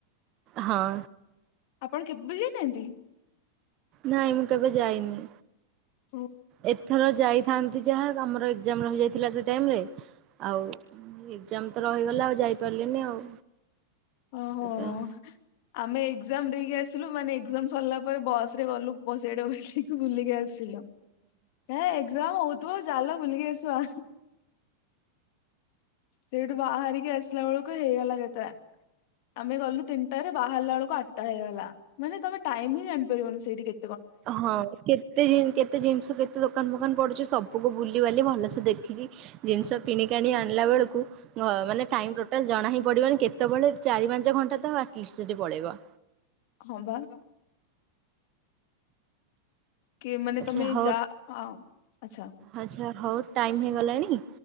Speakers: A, on the right; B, on the left.
A: ହଁ।
B: ଆପଣ କେବେ ଯାଇନାହାନ୍ତି?
A: ନାଇଁ ମୁଁ କେବେ ଯାଇନି।
B: ହୁଁ
A: ଏଥର ଯାଇଥାନ୍ତି ଯାହା ଆମର ଏକ୍ସାମ୍ ରହିଯାଇଥିଲା ସେ ଟାଇମ୍ ରେ ଆଉ ଏକଜାମ୍ ତ ରହିଗଲା ଆଉ ଯାଇପାରିଲିନି ଆଉ
B: ଓହୋ।
A: ସେଥିପାଇଁ।
B: ଆମେ ଏକଜାମ୍ ଦେଇକି ଆସିଲୁ ମାନେ ଏକଜାମ୍ ସରିଲା ପରେ ବସ୍ ରେ ଗଲୁ ପ ସେଆଡ଼େ ଓହ୍ଲେଇକି ବୁଲିକି ଲିକି ଆସିଲୁ ଏ ଏକଜାମ୍ ହୋଉଥିବ ଚାଲ ବୁଲିକି ଆସିବା ସେଇଠୁ ବାହାରିକି ଆସିଲା ବେଳକୁ ହେଇଗଲା ଏଗାଟା ଆମେ ଗଲୁ ତିନିଟା ରେ ବାହାରିଲା ବେଳକୁ ଆଠଟା ହେଇଗଲା ମାନେ ତମେ ଟାଇମ୍ ବି ଜାଣିପାରିବନି ସେଇଟି କେ
A: ହଁ କେତେ ଜି କେତେ ଜିନିଷ କେତେ ଦୋକାନ ଫୋକାନ ପଡ଼ୁଚି ସବୁ କୁ ବୁଲି ବାଲି ଭଲସେ ଦେଖିକି ଜିନିଷ କିଣି କାଣି ଆଣିଲା ବେଳକୁ ହଁ ମାନେ ଟାଇମ୍ ଟୋଟାଲ୍ ଜଣା ହିଁ ପଡ଼ିବନି କେତେବେଳେ ଚାରି ପାଞ୍ଚ ଘଣ୍ଟା ତ ଆଟ୍ ଲିଷ୍ଟି ପଳେଇବ।
B: ହଁ ବା। କି ମାନେ
A: ଆଚ୍ଛା
B: ତମେ
A: ହଉ
B: ଯା ଆ ଆଚ୍ଛା
A: ଆଚ୍ଛା ହଉ ଟାଇମ୍ ହେଇଗଲାଣି